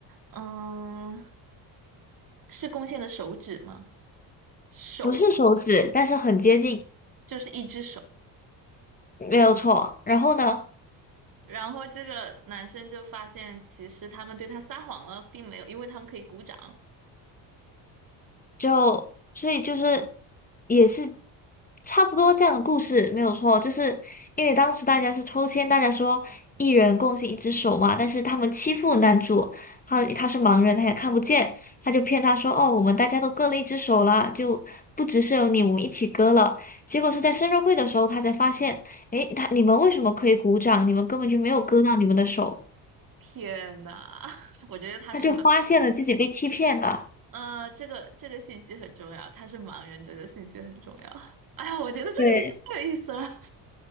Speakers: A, on the right (about 50°); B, on the left (about 20°).
A: 嗯，是贡献的手指吗？手嘛，
B: 不是手指，但是很接近，
A: 就是一只手。
B: 没有错。然后呢？
A: 然后这个男生就发现，其实他们对他撒谎了，并没有，因为他们可以鼓掌。
B: 就所以就是也是差不多这样的故事，没有错。就是因为当时大家是抽签，大家说一人贡献一只手嘛，但是他们欺负男主，他他是盲人，他也看不见，他就骗他说哦，我们大家都割了一只手了，就不只是有你，我们一起割了。结果是在生日会的时候，他才发现，诶，他你们为什么可以鼓掌？你们根本就没有割到你们的手，
A: 天呐，<laughs> 我觉得他是盲，
B: 他就发现了自己被欺骗了。
A: 呃，这个这个信息很重要，他是盲人，这个信息很重要。哎呀，我觉得这个游戏太有意思了，
B: 对。